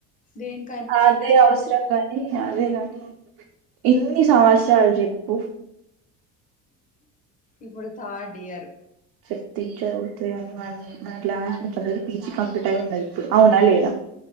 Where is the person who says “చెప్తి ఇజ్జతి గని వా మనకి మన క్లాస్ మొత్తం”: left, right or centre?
Right